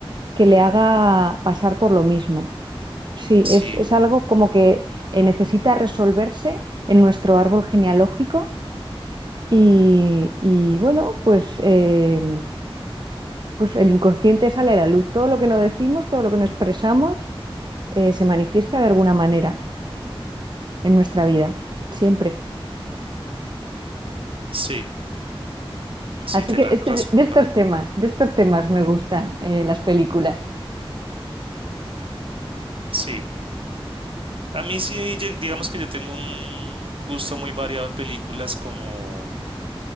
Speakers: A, on the right; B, on the right.
A: que le haga pasar por lo mismo. Sí,
B: Sí,
A: es, es algo como que eh, necesita resolverse en nuestro árbol genealógico y, y bueno, pues eh, pues el inconsciente sale a la luz. Todo lo que no decimos, todo lo que no expresamos, eh, se manifiesta de alguna manera en nuestra vida, siempre.
B: sí, sí,
A: Así
B: tienes
A: que este-
B: razón.
A: de estos temas, de estos temas me gustan eh, las películas.
B: Sí. A mí sí, yo- digamos que yo tengo un gusto muy variado en películas como